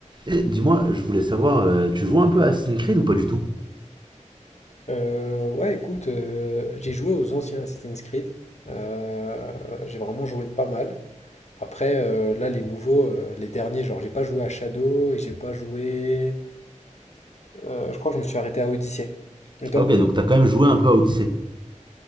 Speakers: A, on the right; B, on the left.
A: Et dis-moi, je voulais savoir, euh, tu joues un peu à Assassin's Creed ou pas du tout
B: Euh, ouais, écoute, euh, j'ai joué aux anciens Assassin's Creed. Euh, j'ai vraiment joué pas mal. Après, euh, là, les nouveaux, euh, les derniers, genre, j'ai pas joué à Shadow et j'ai pas joué. euh, je crois que je me suis arrêté à Odyssey. Et toi?
A: Ah, Ok, donc t'as quand même joué un peu à Odyssey.